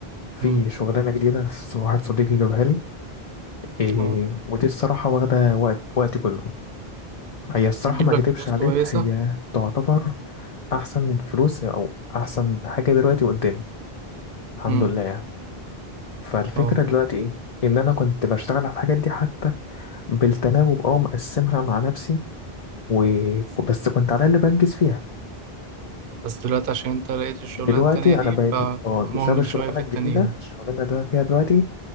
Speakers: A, on the left; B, on the right.
A: في
B: امم
A: شغلانة جديدة واحد صديقي جابها لي إيه
B: اه
A: ودي الصراحة واخدة وقت وقتي كله هي الصراحة
B: بتجيب
A: ما اكدبش
B: لك فلوس
A: عليك
B: كويسه
A: هي تعتبر احسن فلوس او احسن حاجة دلوقتي قدامي الحمد
B: امم
A: لله يعني فالفكرة
B: اه
A: دلوقتي ايه ان انا كنت بشتغل على الحاجات دي حتى بالتناوب اه مقسمها مع نفسي و... بس كنت على اللي بنجز فيها
B: بس دلوقتي عشان انت لقيت الشغلانه
A: دلوقتي
B: التانيه دي
A: انا بقيت
B: فمهمل
A: اه بسبب الشغلانة
B: شويه في
A: الجديدة
B: التانيين
A: الشغلانة اللي انا فيها دلوقتي